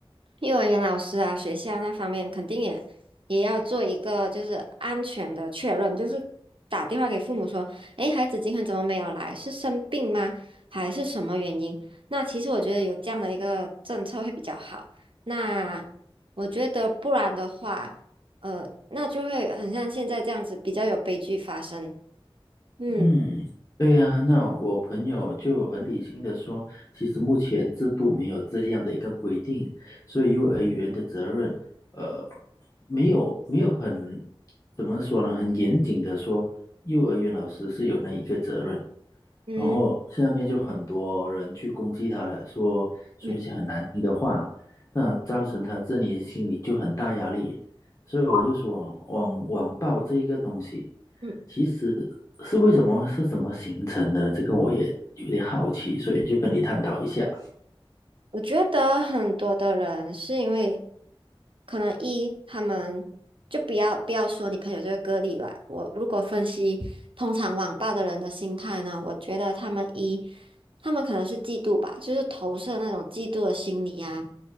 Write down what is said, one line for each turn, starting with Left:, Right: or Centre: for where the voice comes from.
Right: 幼儿园老师啊，学校那方面肯定也也要做一个就是安全的确认，就是打电话给父母说，诶，孩子今天怎么没有来？是生病吗？还是什么原因？那其实我觉得有这样的一个政策会比较好。那我觉得不然的话，呃，那就会很像现在这样子，比较有悲剧发生。嗯
Left: 嗯，对呀，那我朋友就很理性的说，其实目前制度没有这样的一个规定，所以幼儿园的责任，呃，没有没有很，怎么说呢，很严谨的说，幼儿园老师是有那一个责任。
Right: 嗯
Left: 然后下面就很多人去攻击他了，说说一些很难听的话，
Right: 嗯
Left: 那造成他自己心里就很大压力。所以我就说，网网暴这一个东西，
Right: 嗯。
Left: 其实是为什么是怎么形成的呢？这个我也有点好奇，所以就跟你探讨一下。
Right: 我觉得很多的人是因为，可能一他们就不要不要说你朋友这个个例吧。我如果分析通常网暴的人的心态呢，我觉得他们一他们可能是嫉妒吧，就是投射那种嫉妒的心理啊，